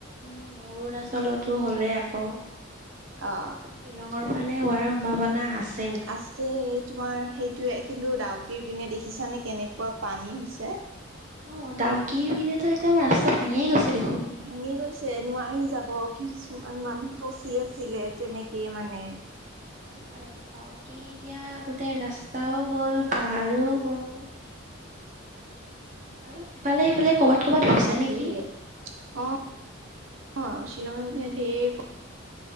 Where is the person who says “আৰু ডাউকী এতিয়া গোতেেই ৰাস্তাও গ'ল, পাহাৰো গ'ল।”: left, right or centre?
Right